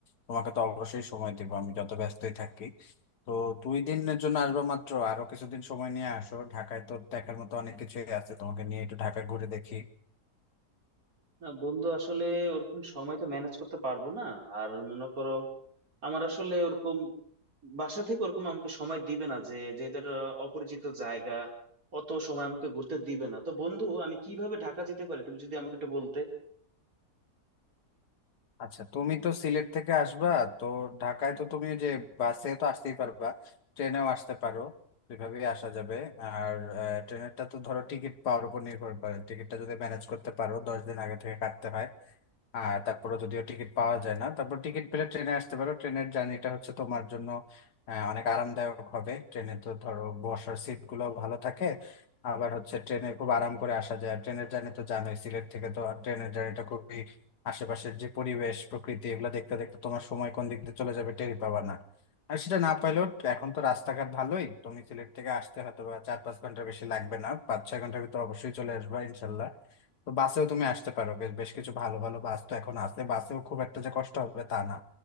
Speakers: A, on the left; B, on the right.
A: তোমাকে তো অবশ্যই সময় দেবো আমি যত ব্যস্তই থাকি তো দুই দিনের জন্য আসবো মাত্র আরো কিছুদিন সময় নিয়ে আসো ঢাকায় তো দেখার মতো অনেক কিছুই আছে তোমাকে নিয়ে একটু ঢাকা ঘুরে দেখি
B: না বন্ধু আসলে ওরকম সময় তো ম্যানেজ করতে পারবো না আর মনে করো আমার আসলে ওরকম বাসা থেকে ওরকম আমাকে সময় দিবে না যে যেহেতু একটা অপরিচিত জায়গা অত সময় আমাকে ঘুরতে দিবে না তো বন্ধু আমি কিভাবে ঢাকা যেতে পারি তুমি যদি আমাকে একটু বলতে
A: আচ্ছা তুমি তো সিলেট থেকে আসবা তো ঢাকায় তো তুমি ওই যে বাসে তো আসতেই পারবা ট্রেনেও আসতে পারো দুইভাবেই আসা যাবে আর আহ, ট্রেনেরটা তো ধরো টিকিট পাওয়ার উপর নির্ভর করে টিকিটটা যদি ম্যানেজ করতে পারো দশ দিন আগে থেকে কাটতে হয় আর তারপরে যদিও টিকিট পাওয়া যায় না তারপর টিকিট পেলে ট্রেনে আসতে পারো ট্রেনের জার্নিটা হচ্ছে তোমার জন্য আহ, অনেক আরামদায়ক হবে ট্রেনে তো ধরো বসার সিট গুলো ভালো থাকে আবার হচ্ছে ট্রেনে খুব আরাম করে আসা যায় আর ট্রেনের জার্নি তো জানোই সিলেট থেকে তো আর ট্রেনের জার্নিটা খুবই আশেপাশের যে পরিবেশ প্রকৃতি এগুলো দেখতে দেখতে তোমার সময় কোন দিক দিয়ে চলে যাবে টেরই পাবা না আর সেটা না পাইলেও এখন তো রাস্তাঘাট ভালোই তুমি সিলেট থেকে আসতে হয়তো বা চার পাঁচ ঘন্টা বেশি লাগবে না পাঁচ ছয় ঘন্টার ভিতর অবশ্যই চলে আসবে ইনশাল্লাহ তো বাসেও তুমি আসতে পারো বেশ বেশ কিছু ভালো ভালো বাস তো এখন আছে বাসেও খুব একটা যে কষ্ট হবে তা না